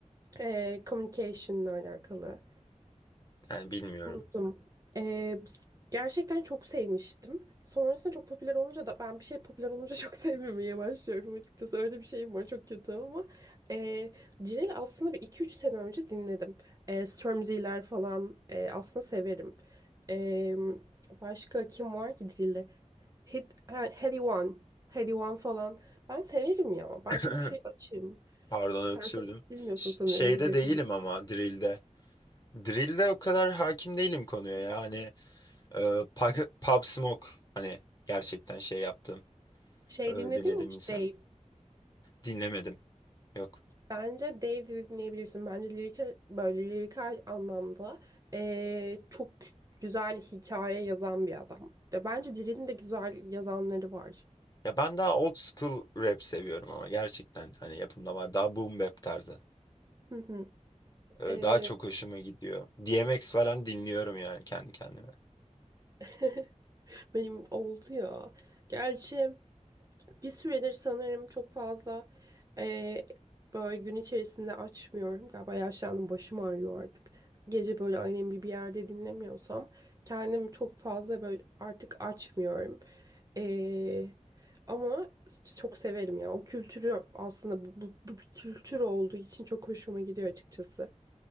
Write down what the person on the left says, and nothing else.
Yani bilmiyorum.
<clears throat>
Pardon
öksürdüm.
Ş-
şeyde
değilim
ama drill'de. Drill'de o kadar hakim değilim konuya yani. E, Pug- Pub Smoke hani gerçekten şey yaptım.
E, dinledim
insan.
Dinlemedim. Yok.
Ya ben daha old school rap seviyorum ama gerçekten hani yapımda var. Daha boom bap tarzı.
E,
daha çok hoşuma gidiyor. DMX falan dinliyorum yani kendi kendime.